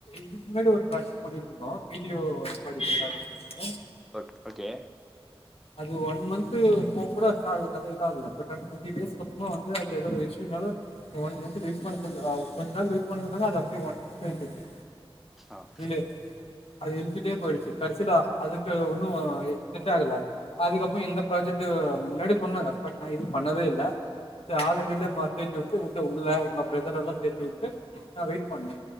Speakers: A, on the left; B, in the centre.
A: இதுக்கு முன்னாடி ஒரு ப்ராஜக்ட் பண்ணிட்டு இருந்தோ video recording project
B: okay okay
A: அது ஒன் மந்த் போ கூட ஸ்டல்ல இததுாக ப் ஒன் டொண்டி டேஸ் சும்மா வந்து அதுல ஏதோ ஒரு ஹெச்பினால ஒன்மந்த் வெய்ட் பண்ண சொன்னா ஆ கொஞ்ச நாள் வெயிட் பண்ணுங்கனு தாங்க அது அப்படியே ஒன் மந்த் ஆயி போச்சி
B: ஆ
A: டிலே அது இழுத்துட்டே போயிடுச்சு கடைசிலா அதுக்கு ஒன்னும் செட் ஆகல அதுக்கப்புறோ இந்த ப்ராஜெக்ட் முன்னாடி பண்ணாங்க பட் நா இது பண்ணவே இல்ல சரி ஆளுங்க இல்ல பஸ் ஏத்திவுட்டு உங்க உங்கள பிரதர் எல்லா சேத்து வுட்டு நா வெயிட் பண்ணே